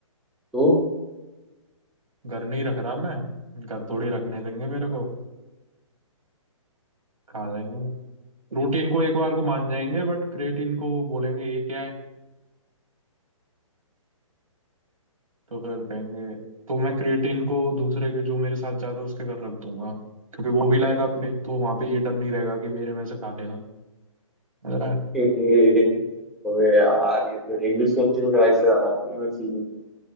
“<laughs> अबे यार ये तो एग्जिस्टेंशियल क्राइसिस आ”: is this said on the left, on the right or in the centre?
Centre